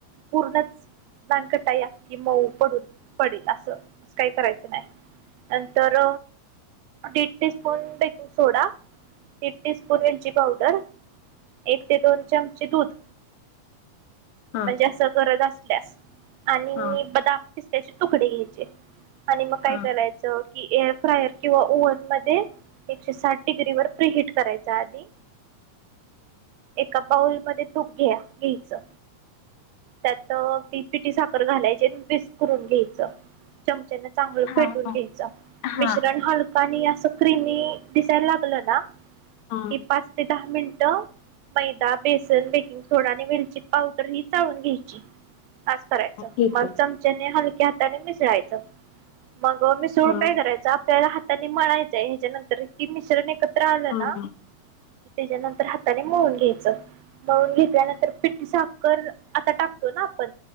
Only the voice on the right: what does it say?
पूर्णच नानकटा या कि मऊ पडून पडेल असं अस काही करायचं नाही नंतर दीड टी स्पून बेकिंग सोडा दीड टी स्पून मिरची पावडर. एक ते दोन चमचे दूध.
म्हणजे अस गरज असल्यास आणि
बदाम फिस््याची तुकडे घ्यायचे आणि मग काय
करायचं. कि एअर फ्रायर किंवा ओव्हन मध्ये एकशे साठ डिग्री वर प्रिहीट करायचा आधी. एका बाऊलमध्येध्ये तूप घ्या घ्यायचं. त्यात ती पिटी साखर घालायची आण मिक्स करून घ्यायचं. चमच्याना चांगलं
फेटून
घ्यायच
मिश्रण हल आणि असं क्रीम दिसायला लागलं ना
कि पाच ते दहा मिनिटं मैदा बेसन बेकिंग सोडा आणि वलची पावडर ही चाळून घ्यायची तास करायच
मग
चमच्याने हलक्या हाताने मिसळायचं. मग मिसळून
काय करायचं आपल्याला हाताने म्हणायचंय ह्याच्यानंतर की मिश्रण एकत ्र आलं
ना की त्याच्यानंतर हाताने मोळून घ्यायचं मळून घेतल्यानंतर पिटी साकर आता टाकतो ना आपण